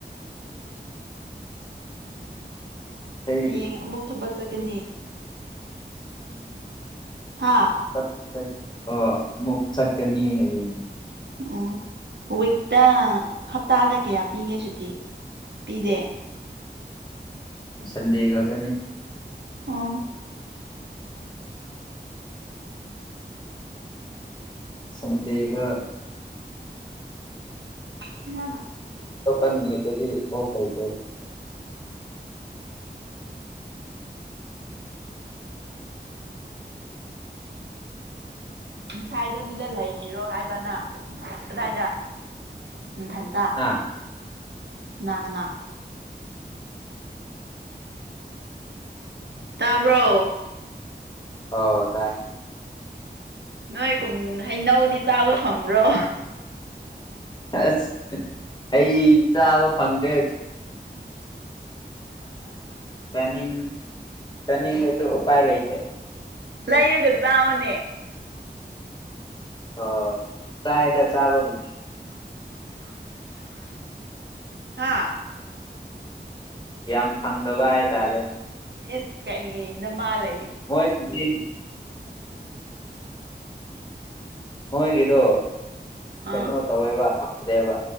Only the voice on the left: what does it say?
ꯏꯁꯩ
<unintelligible>
ꯑ ꯃꯨꯛ ꯆꯠꯀꯅꯤ ꯍꯥꯏꯌꯦ
ꯁꯟꯗꯦ ꯈꯛ ꯇꯅꯤ
ꯁꯟꯗꯦꯒ
ꯑꯇꯣꯞꯄ ꯅꯨꯃꯤꯠꯇꯗꯤ ꯑꯣꯁ ꯂꯩꯇꯦꯗ
ꯍꯥ
ꯑꯣ ꯇꯥꯏ
ꯑ ꯑꯩ ꯆꯥꯕ ꯐꯪꯗꯦ ꯆꯥꯅꯤꯡ ꯆꯥꯅꯤꯡꯑꯁꯨ ꯎꯄꯥꯏ ꯂꯩꯇꯦ
ꯑ ꯆꯥꯏꯅ ꯆꯥꯕꯕꯨꯗꯤ
ꯌꯥꯝ ꯐꯪꯗꯕ ꯍꯥꯏꯇꯥꯔꯦ
ꯃꯣꯏꯒꯤ
ꯅꯣꯏꯒꯤꯗꯣ
ꯀꯩꯅꯣ ꯇꯧꯋꯦꯕ ꯍꯥꯎꯇꯦꯕ